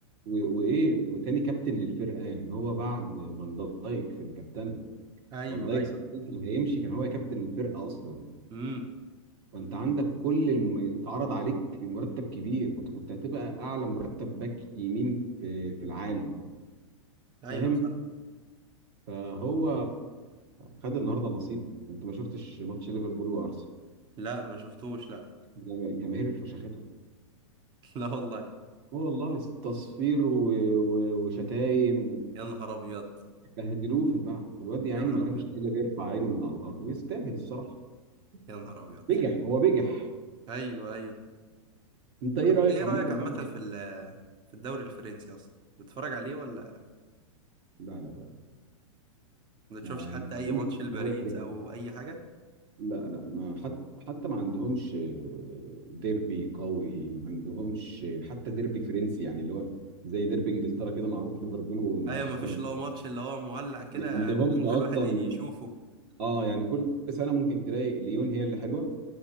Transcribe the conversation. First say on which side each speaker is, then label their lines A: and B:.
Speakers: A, on the right (about 50°); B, on the right (about 25°).
A: و- وايه وتاني كابتن للفرقه يعني هو بعد فان دايك في الكابتنه
B: ايوه
A: فان دايك
B: ايوه
A: صدقني هيمشي كان هو كابتن الفرقه اصلا
B: امم
A: فانت عندك كل المميز اتعرض عليك مرتب كبير هت كنت هتبقى اعلى مرتب باك يمين في في العالم
B: ايوه
A: فاهم
B: صح
A: فهو خد النهارده نصيبه انت ما شفتش ماتش ليفربول وارسنال
B: لا ما شفتوش لا
A: الجما- الجماهير فشختهم
B: <laughs> لا والله
A: هو والله تصفير و... و... وشتايم
B: يا نهار ابيض
A: وبهدلوه في الملعب الواد يا
B: يا
A: عيني
B: نهار
A: ما كانش
B: ابيض
A: قادر يرفع عينه من على الارض ويستاهل الصراحه
B: يا نهار ابيض
A: بجح هو بجح
B: ايوه ايوه
A: انت ايه
B: طب انت
A: رايك
B: ايه
A: عامه
B: رأيك
A: بقى
B: عامة في ال- في الدوري الفرنسي اصلا بتتفرج عليه ولا
A: لا لا لا
B: ما تشوفش
A: ما
B: حتى
A: يعني
B: اي
A: ممكن
B: ماتش لباريس
A: لا هو كده
B: او اي حاجة
A: لا لا ما حتى حتى ما عندهمش ديربي قوي ما عندهمش حتى ديربي فرنسي يعني اللي هو زي ديربي انجلترا كده معروف ليفربول ومانشستر
B: ايوه ما فيش اللي هو ماتش اللي هو مولع كده
A: ما عندهمش
B: ان ممكن
A: اصلا
B: الواحد يشوفه
A: اه يعني كل سنه ممكن تلاقي ليون هي اللي حلوه